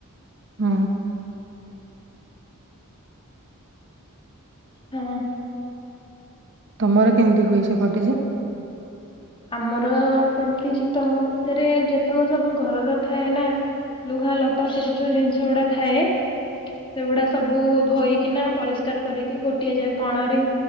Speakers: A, on the right; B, on the left.
A: ହ।
B: ହଁ
A: ତମର କେମିତି ହୁଏ ସେପଟେ ଯେ?
B: ଆମର ସେମିତି ସେ ତମରେ ଯେତେକ ସବୁ ଘରର ଥାଏ ନା ଲୁହା ଲତା ସବୁ ଯୋଉ ଜିନିଷ ଗୁଡ଼ା ଥାଏ ସେଗୁଡା ସବୁ ଧୋଇକିନା ପରିଷ୍କାର କରିକି ଗୋଟିଏ ଯାଏ କଣ ରେ